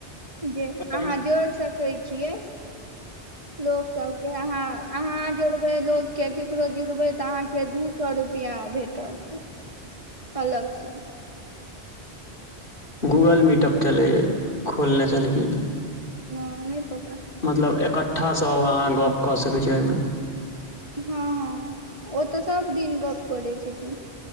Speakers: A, on the right; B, on the left.
A: जे
B: <inaudible> हँ
A: अहाँ जोड़ि सकै छियै लोकसभके अहाँ अहाँ जोड़बै लोकके केकरो जोड़बै तऽ अहाँके दू दु सौ रुपआ भेटत अलग से
B: गूगल मीटप चलैयै खोलने छलकिन
A: ह नहि पता
B: मतलब एकठ्ठासँ अहाँ गप कऽ सकैत छी ओहिमे
A: हँ हँ ओ तऽ सब दिन गप करै छथिन